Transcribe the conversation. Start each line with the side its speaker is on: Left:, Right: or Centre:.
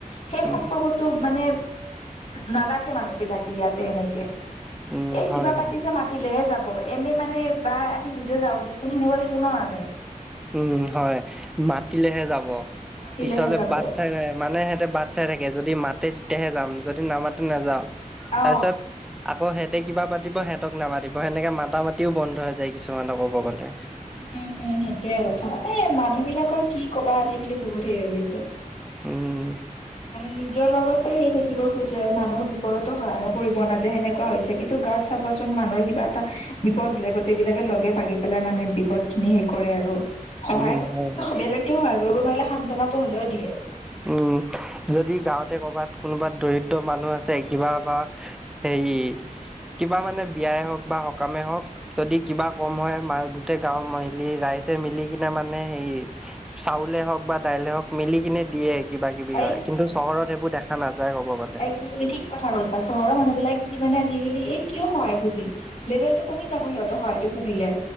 Left: সেই
Centre: উম
Left: সম্পৰ্ক টো মানে নাৰাখে মানুহ বিলাকে ইয়াতে এনেকে।
Centre: উম
Left: এই
Centre: হয়
Left: কিবা
Centre: হয়
Left: পাতিছে মা তিলেহে যাব, এনেই মানে বা আজি নিজে যাওঁ দেছোন সেনেকুৱাকে কোনা নাযায়।
Centre: উম, হয়, মাতিলেহে যাব।
Left: মাতিলেহে
Centre: পিছলে
Left: যাব
Centre: বাট চাই ৰই, মানে সিহঁতে বাট চাই থাকে, যদি মাতে তেতিয়াহে যাম, যদি নামাতে নাযাওঁ।
Left: অ
Centre: তাৰপিছত আকৌ সিহঁতে কিবা পাতিব সিহঁতক নামাতিব, সেনেকে মাতা, মাতিও বন্ধ হৈ যায় কিছুমানক ক'ব গলে।
Left: উম, উম, উম, সেইটোৱে কথা। মানে মানুহ বিলাকৰ কি কবা আজিকালি বহুত হে, হৈ, গৈছে।
Centre: উম।
Left: মানে নিজৰ লগতো সেই থাকিব খোজে, মানুহৰ বিপৰতো সহায় কৰিব নাযায় সেনেকোৱা হৈছে, কিন্তু গাঁৱত চাবাচোন মানুহৰ কিবা এটা বিপদ হ'লে গোটেইবিলাকে লগে, ভাগি পেলাই মানে বিপদ খিনি সেই কৰে আৰু। সহায়
Centre: উম,
Left: কৰিব
Centre: হয়, হয়।
Left: বেলেগকে সহায় কৰিব নোৱাৰিলে সান্তনাটো হলেও দিয়ে।
Centre: উম। যদি গাওঁতে কৰ'বাত কোনোবাত দৰিদ্ৰ মানুহ আছে, কিবা বা সেই কিবা মানে বিয়াই হওক বা সকামেই হওক। যদি কিবা কম হয়, মা, গোটেই গাঁও মিলি ৰাইজে মিলি কিনে মানে সেই চাউলে হওঁক বা দাইলে হওক মিলি কিনে দিয়ে। কিবা কিবি
Left: এই
Centre: হয়, কিন্তু
Left: তই
Centre: চহৰত
Left: অ
Centre: সেইবোৰ দেখা নাযায় কব গ'লে।
Left: একদম তুমি ঠিক কথা কৈছা। চহৰৰ মানুহ বিলাক কি মানে আজিকালি এই কিয় সহায় খুজিম। লেভেল টো কমি যাব সিহঁত সহায়টো খুজিলে।